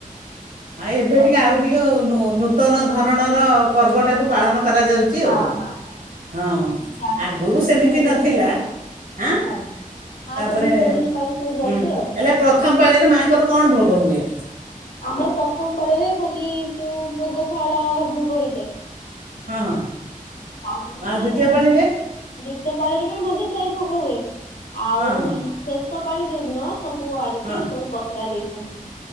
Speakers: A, on the right; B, on the left.
A: ଆଁ ଏବେ
B: ସବୁ
A: ଟିକେ ଆଉ ଟିକେ ନୋ ନୋ ନୂତନ ଧରଣର ପର୍ବଟାକୁ ପାଳନ କରା ଯାଉଚି
B: ହଁ
A: ଆଉ।
B: ହଁ।
A: ହଁ
B: ଯାଆନ୍ତି
A: ଆଗରୁ
B: ମାଙ୍କ
A: ସେମିତି
B: ବିସର୍ଜନ
A: ନଥି ଥିଲା
B: ପାଇଁ ଆଉ
A: ଆଁ
B: ହଁ ମାଙ୍କ
A: ତାପରେ
B: ବିସର୍ଜନ ପାଇଁ ସବୁ ଯାଆନ୍ତି
A: ହୁଁ
B: ଆଉ।
A: ହେଲେ ପ୍ରଥମ ପାଳି ରେ ମା ଙ୍କର କଣ ଭୋ ଭୋଗ ହୁଏ।
B: ଆମର ପ୍ରଥମ ପାଳିରେ ଖାଲି ଯୋଉ ଭୋଗ ଫଳ ଭୋଗ ହେଇଯାଏ।
A: ହଁ ହଁ।
B: ତାପରେ
A: ଆଉ ଦ୍ୱିତୀୟ ପାଳିରେ
B: ଦି ତିୟ ପାଳିରେ ବି ମଧ୍ୟ ସେଇ ଭୋଗ ହୁଏ। ଆଉ
A: ହଁ ହଁ
B: ଲ ସେସବ ପାଳି ଯଉଦିନ ସବୁ ଆଣିକି
A: ହଁ
B: ସବୁ ପସରା ଦେଇି ହିଁ ଜି।